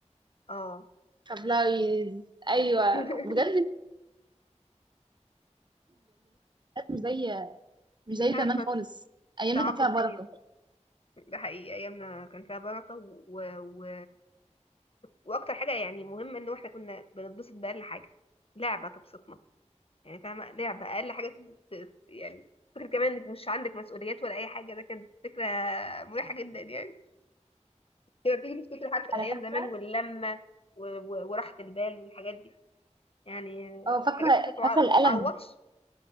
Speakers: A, on the left; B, on the right.
A: اه
B: طب لايز ايوه
A: <laughs>
B: بجد ال- مش زي مش
A: مش
B: زي
A: عارفه
B: زمان خالص ايامنا
A: صعبوا
B: كانت فيها
A: الدنيا
B: بركه
A: ده حقيقي ايامنا كان فيها بركه و... و... واكتر حاجه يعني مهمه ان احنا كنا بنتبسط باقل حاجه لعبه تبسطنا يعني فاهمه لعبه اقل حاجه تب... ت- يعني فكرة كمان انك مش عندك مسؤوليات ولا اي حاجه ده كانت فكره مريحه جدا يعني. تبقى بتيجي تفتكر حتى
B: انا
A: ايام
B: فاكره
A: زمان واللمه و- و- وراحه البال والحاجات دي يعني آه،
B: اه فاكره
A: حاجات ما تتوع-
B: فاكره القلم
A: ما تتعوضش